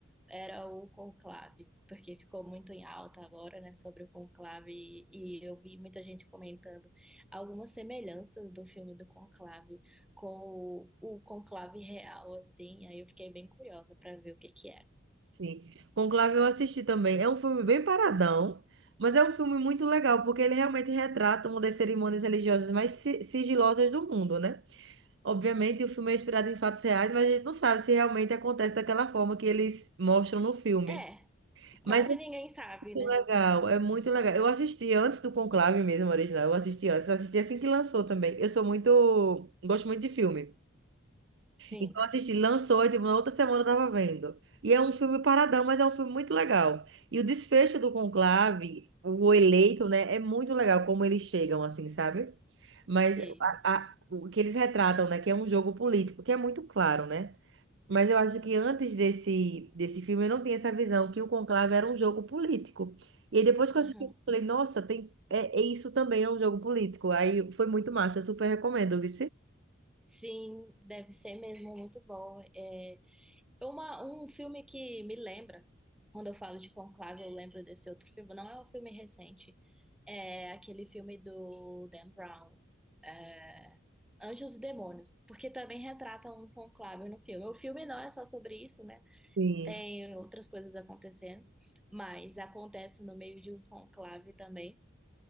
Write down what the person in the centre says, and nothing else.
era o Conclave, porque ficou muito em alta agora, né, sobre o Conclave. E, e eu vi muita gente comentando algumas semelhanças do filme do Conclave com o, o Conclave real, assim. Aí eu fiquei bem curiosa para ver o que que é.
É,
quase
ninguém sabe,
né?
Sim,
sim.
Aham.
Sim, deve ser mesmo muito bom. É, Uma, um filme que me lembra, quando eu falo de Conclave, eu lembro desse outro filme. Não é um filme recente, é aquele filme do Dan Brown, é, Anjos e Demônios, porque também retrata um conclave no filme. O filme não é só sobre isso, né?
Tem outras coisas acontecendo, mas acontece no meio de um conclave também.